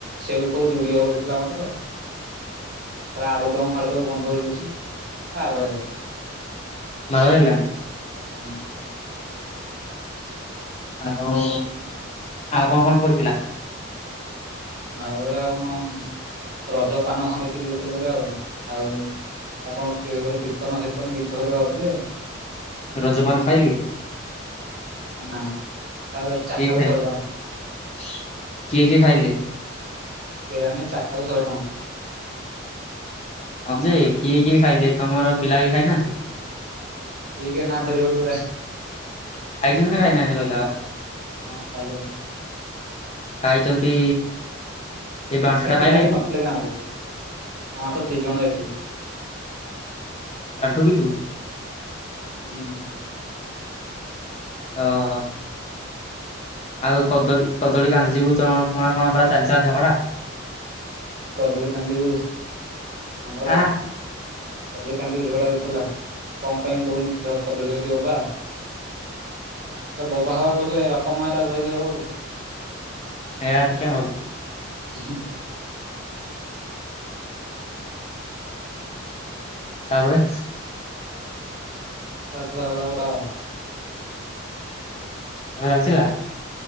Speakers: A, on the right; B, on the left.
A: ସେଉ ଫେଉ ଯୁଡି ହବ ଦେଇଥିଲା ମାତ୍ର ଆଳୁଦମ ଫାଳୁଦମ ଧ ବସିକି ଆ ବାଗ ହେଲାନି
B: ବାଗ ହେଲାନି।
A: ହୁଁ।
B: ଆଉ ସବୁ ଆଉ କଣ କଣ ପଡିଥିଲା?
A: ଆଉ ଏଇଟା କଣ ରଜ ପାନ ବନେଇକରି କରୁଥିଲେ ପୁରା ଆଉ ଆଉ। ଆଉ କଣ କୀର୍ତ୍ତନ ଫିର୍ତନ ଗୀତ ଫିତ ଗାଉଥିଲେ।
B: ରଜପାନ ଖାଇଲୁ?
A: ନା ତା ଚାରିଟାକୁ
B: କିଏ ଖାଇ
A: ଶହେ ଟଙ୍କା
B: କିଏ କିଏ ଖାଇଲେ?
A: କେଜାଣୀ ଚାରିଟାକୁ ଶହେ ଟଙ୍କା।
B: ହଁ ଯେ କିଏ କିଏ ଖାଇଲେ ତମର ପିଲା କିଏ ଖାଇନାହାନ୍ତି?
A: କିଏ କିଏ ନାଁ ଧରିିବଟି ପରା
B: ଖାଇଛନ୍ତି ନା ଖାଇନାହାନ୍ତି କହିଲା ଆଉ
A: ହଁ ଖାଇଛନ୍ତି।
B: ଖାଇଛନ୍ତି ଏଇ ବାଉଁଶଟା
A: ଆ ପିଲା
B: ଖାଇଲା
A: କି ନଥିଲେ ଗାଁରେ ଆ ମାତ୍ର ଦି ଜଣ ଯାଇଥିଲୁ
B: ଆଣ୍ଠୁ କି ତୁ
A: ହୁଁ
B: ଓ ହୋ ଆଉ କଦଳୀ କଦଳୀ ଗାନ୍ଧୀ ଯିବୁ ତମ କଣ ପରା ଚାଲିଥିଲା ଝଗଡା
A: କଦଳ କାଞଜିବୁ ହଁ ପରା
B: ଆଁ
A: କଦଳୀ କାନ୍ଦିବି ଝଗଡା କରୁଥିଲା କଣ ପାଇଁ ଦଉନି କଦଳୀ ବୋଲି ବୋବା ଆରେ ବବା ହେବା କହିଲେ ବାପା ମାଆଟା ଧରିଲେ ହେବ କି ରେ
B: ଏା ତ କା ହଉଛୁ
A: ହୁଁ
B: ତାପରେ
A: <unintelligible>
B: ଣ ଚାଲିଥିଲା